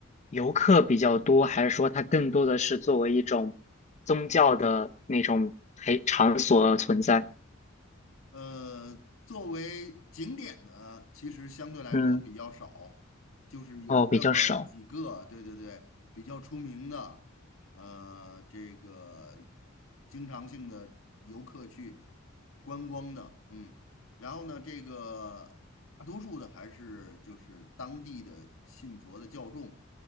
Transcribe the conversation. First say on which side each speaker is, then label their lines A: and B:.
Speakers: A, on the left (about 35°); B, on the left (about 80°).
A: 游客比较多，还是说它更多的是作为一种宗教的那种陪场所存在？
B: 呃，作为景点呢，其实相对来说比较少，
A: 嗯，
B: 就是有那么几个，
A: 哦，比较少。
B: 对对对，比较出名的，呃，这个经常性的游客去观光的，嗯，然后呢，这个大多数的还是就是当地的信佛的教众，